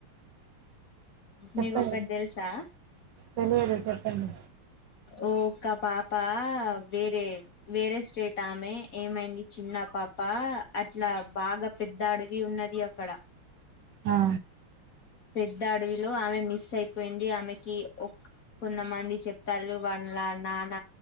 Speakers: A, on the right (about 65°); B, on the left (about 45°).
A: చెప్పండి
B: మీకొకటి తెలుసా
A: తెలియదు చెప్పండి
B: ఓక పాప వేరే వేరే స్టేట్ టామె ఏమైంది చిన్న పాప అట్లా బాగా పెద్ద అడవి ఉన్నది అ క్కడ
A: ఆ
B: పెద్ద అడవిలో ఆమె మిస్ అయిపోయింది ఆమెకి ఒక్ కొంతమంది చెప్తాల్లు వాళ్ళు నాన్న